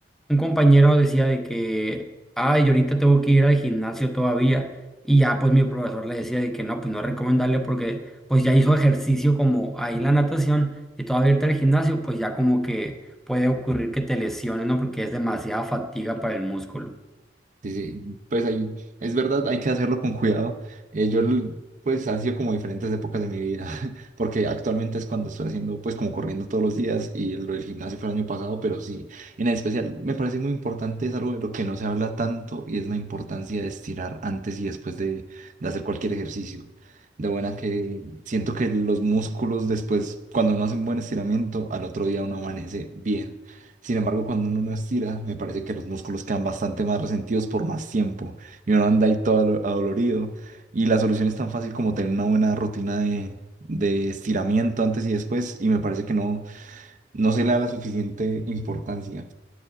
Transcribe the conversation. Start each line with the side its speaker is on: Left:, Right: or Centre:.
Centre: un compañero decía de que, ay, yo ahorita tengo que ir al gimnasio todavía y ya pues mi profesor le decía de que no, pues no es recomendable porque pues ya hizo ejercicio como ahí la natación y todavía irte al gimnasio, pues ya como que puede ocurrir que te lesiones, ¿no? Porque es demasiada fatiga para el músculo.
Right: Sí, sí, pues ahí, es verdad, hay que hacerlo con cuidado. Eh, yo, l- pues, ha sido como diferentes épocas de mi vida, <laughs> porque actualmente es cuando estoy haciendo, pues, como corriendo todos los días y lo del gimnasio fue el año pasado, pero sí, en especial me parece muy importante, es algo de lo que no se habla tanto y es la importancia de estirar antes y después de, de hacer cualquier ejercicio. De buena que siento que los músculos después, cuando uno hace un buen estiramiento, al otro día uno amanece bien. Sin embargo, cuando uno no estira, me parece que los músculos quedan bastante más resentidos por más tiempo y uno anda ahí todo alo- adolorido. Y la solución es tan fácil como tener una buena rutina de, de estiramiento antes y después y me parece que no, no se le da la suficiente importancia.